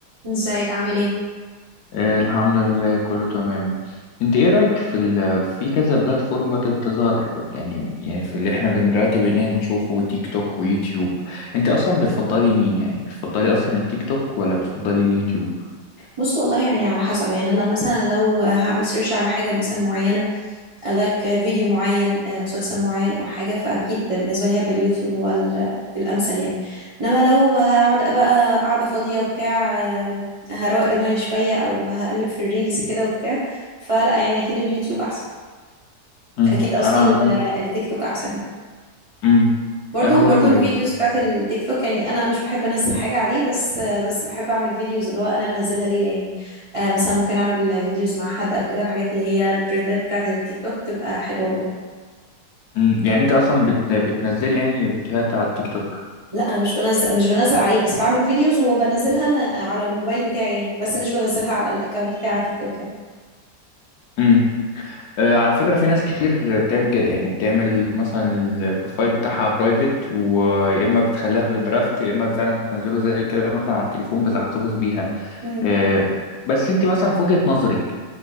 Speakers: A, on the right (about 55°); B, on the left (about 70°).
A: ازيك عامل ايه
B: آه، الحمد لله كله تمام انت ايه رأيك في ال في كذا بلاتفورم بدأت تظهر يعني يعني في اللي احنا بن- دلوقتي بقينا نشوفه تيك توك ويوتيوب انت اصلا بتفضلي مين يعني بتفضلي اصلا التيك توك ولا بتفضلي اليوتيوب
A: بص والله يعني على حسب يعني انا مثلا لو هعمل سيرش على حاجه مثلا معينه لايك فيديو معين آه، مسلسل معين او حاجه فاكيد بالنسبه لي هيبقى اليوتيوب هو ال- الامثل يعني انما لو هقعد بقى قاعده فاضيه وبتاع آه، هروق دماغي شويه او هقلب في الريلز كده وبتاع فلا يعني اكيد اليوتيوب احسن
B: امم
A: اكيد قصدي
B: انا
A: ال-
B: عن نفسي-
A: التيك توك احسن يعني.
B: امم
A: برضو
B: انا برضو
A: برضو الفيديوز بتاعت التيك توك يعني انا مش بحب انزل حاجه عليه بس بس بحب اعمل فيديوز اللي هو انا انزلها ليا يعني آه مثلا ممكن اعمل فيديوز مع حد او كده الحاجات اللي هي الترندات بتاعت التيك توك تبقى حلوه برضو
B: امم يعني انت اصلا بت بتنزلي يعني فيديوهات على التيك توك
A: لا انا مش بنزل مش بنزل عليه بس بعمل فيديوز وبنزلها انا على الموبايل بتاعي يعني بس مش بنزلها على الاكونت بتاع التيك توك يعني
B: امم آه، على فكرة في ناس كتير بتعمل كده يعني بتعمل مثلا البروفايل بتاعها برايفت ويا إما بتخليها في الدرافت يا إما فعلا بتنزله زي كده مثلا على التليفون بتحتفظ بيها
A: مم.
B: آه، بس أنت مثلا في وجهة نظرك